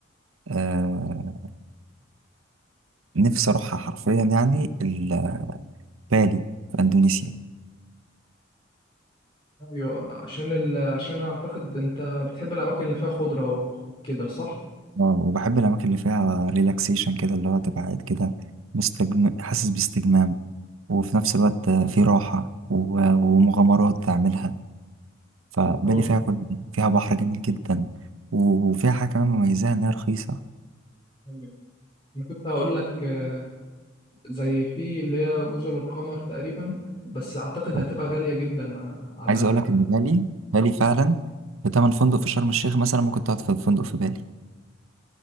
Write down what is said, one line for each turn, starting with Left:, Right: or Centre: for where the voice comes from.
Right: آه نفسي اروحها حرفيا يعني ال- بالي في اندونيسيا
Left: ايوه عشان ال... عشان اعتقد انت بتحب الاماكن اللي فيها خضره وكده صح
Right: اه وبحب الأماكن اللي فيها ريلاكسيشن كده اللي هو تبقى قاعد كده مستجم... حاسس باستجمام وفي نفس الوقت في راحة و... ومغامرات تعملها فبالي
Left: أو...
Right: فيها كل فيها بحر جميل جدا وفيها حاجة كمان مميزة إنها رخيصة
Left: ايوه انا كنت هقول لك آه، زي في اللي هي جزر القمر تقريبا بس اعتقد
Right: يعني
Left: هتبقى غاليه جدا آه، على
Right: عايز أقول لك إن بالي بالي فعلا بتمن فندق في شرم الشيخ مثلا ممكن تقعد في فندق في بالي